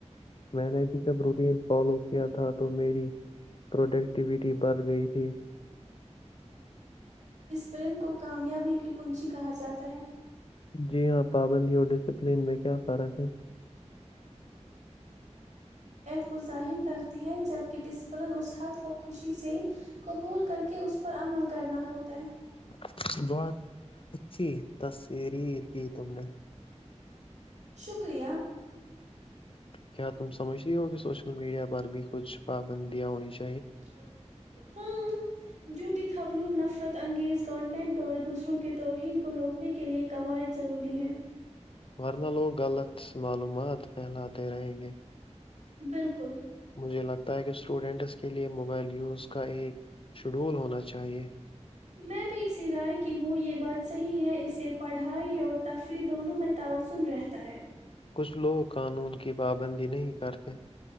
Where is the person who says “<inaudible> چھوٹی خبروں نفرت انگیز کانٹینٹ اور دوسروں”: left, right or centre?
Right